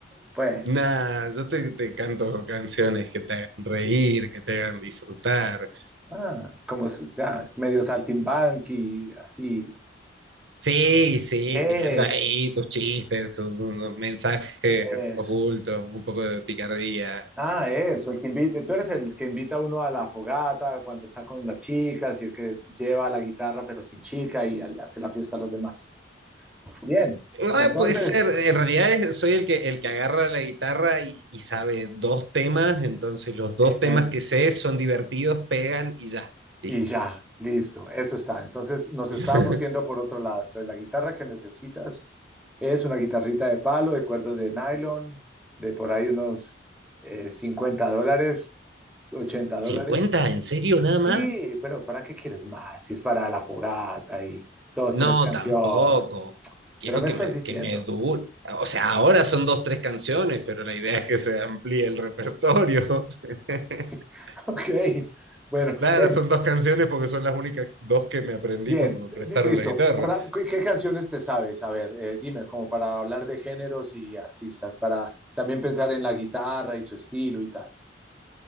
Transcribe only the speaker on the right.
nah, yo te, te canto canciones que te hagan reír, que te hagan disfrutar.
Sí, sí,
tirando ahí tus chistes, sus mensajes
ocultos, un poco de picardía.
Ah, puede ser, en realidad es- soy el que, el que agarra la guitarra y, y sabe dos temas, entonces los dos
temas que sé son divertidos, pegan y ya, listo.
<laughs>
¿50? ¿En serio nada más?
No,
tampoco. Quiero
que
me,
que me dure. O sea, ahora son dos, tres canciones, pero la idea es que se amplíe el repertorio. <laughs>
Claro,
son dos canciones porque son las únicas dos que me aprendí
cuando me
prestaron
la guitarra.